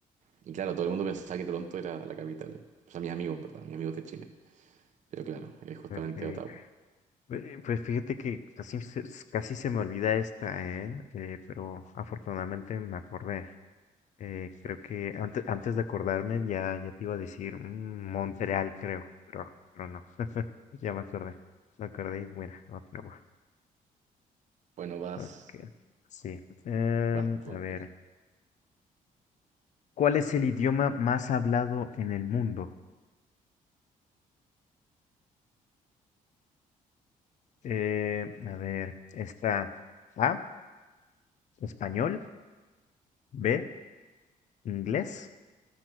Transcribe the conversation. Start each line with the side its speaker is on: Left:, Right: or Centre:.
Right: y claro, todo el mundo pensaba que Toronto era la capital. O sea, mis amigos, en verdad, mis amigos de Chile, pero claro, es justamente
Left: ok.
Right: Ottawa.
Left: Eh, Pues fíjate que casi se, s- casi se me olvida esta, ¿eh? Eh, pero afortunadamente me acordé. Eh, creo que antes, antes de acordarme ya, ya te iba a decir mm, Montreal, creo. Pero, pero no, ya me acordé. Me acordé y mira, Ottawa.
Right: Bueno, vas
Left: Ok, sí. Em,
Right: Vas tú,
Left: a
Right: entonces.
Left: ver, ¿cuál es el idioma más hablado en el mundo? Eh, a ver, está A, español, B, inglés,